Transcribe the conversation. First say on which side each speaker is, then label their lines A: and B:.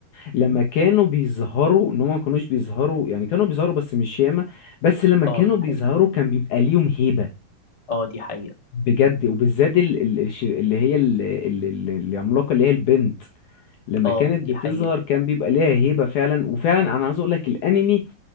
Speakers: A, on the left; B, on the left.
A: لما
B: امم
A: كانوا بيظهروا ان هم ما كانوش بيظهروا يعني كانوا بيظهروا بس مش ياما بس لما كانوا
B: اه دي
A: بيظهروا
B: حقيقة
A: كان بيبقى ليهم هيبه
B: اه دي حقيقة
A: بجد وبالذات ال ال الش- اللي هي ال ال ال- العملاقه اللي هي البنت لما
B: اه
A: كانت
B: دي
A: بتظهر
B: حقيقة
A: كان بيبقى ليها هيبه فعلا وفعلا انا عاوز اقول لك الانمي